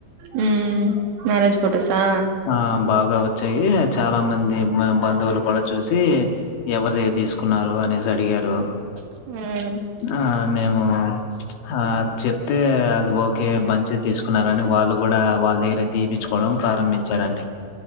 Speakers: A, on the right (about 80°); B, on the left (about 85°).
A: మ్మ్ మ్యారేజ్ ఫొటోసా
B: ఆ బాగా వచ్చాయి చాలా మంది బంధువులు కూడా చూసి ఎవరి ద తీసుకున్నారు అనేసి అడిగారు అ
A: మ్మ్
B: ఆ మేము ఆ చెప్తే అది ఓకే బంచి తీసుకున్నారని వాళ్ళు కూడా వాళ్ళ దగ్గర తీపిచ్చుకోవడం ప్రారంభించారండి